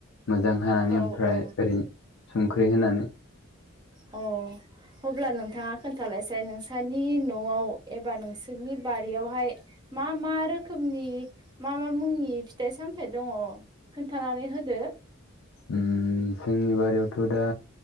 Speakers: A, on the left; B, on the right.
A: मोजां हानानै
B: औ
A: ओमफ्राय
B: औ
A: ओरैनो संख्रि होनानै
B: औ। अब्ला नोंथाङा खोन्थालायसै नोंसोरनि न'आव एबा नोंसोरनि बारियावहाय मा मा रोखोमनि मा मा मुंनि फिथाइ सामथाइ दङ। खोन्थानानै होदो।
A: उम जोंनि बारियावथ' दा